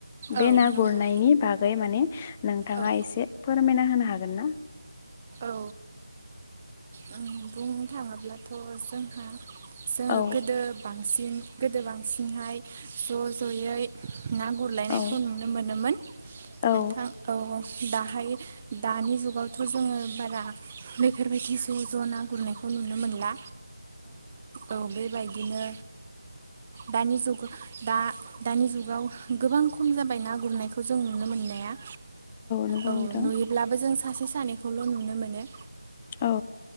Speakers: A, on the left; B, on the right.
A: बे
B: औ
A: ना
B: नंगौ
A: गुरनायनि बागै माने नोंथाङा
B: औ
A: एसे फोरमायना होनो हागोन ना?
B: औ ओम बुंनो थाङोब्लाथ' जोंहा जोङो
A: औ
B: गोदो बांसिन गोदो बांसिनहाय ज' ज'यै‌ ना गुरलायनायखौ
A: औ
B: नुनो मोनोमोन
A: औ
B: नोंथां। औ औ दाहाय दानि जुगावथ' जोङो बारा बेफोरबायदि ज' ज' ना गुरनायखौ नुनो मोनला औ बेबायदिनो दानि जुग दा दानि जुगाव गोबां खम जाबाय ना गुरनायखौ जों नुनो मोननाया।
A: नंगौ
B: औ
A: नोंथां
B: नुयोब्लाबो जों सासे सानैखौल' नुनो मोनो।
A: औ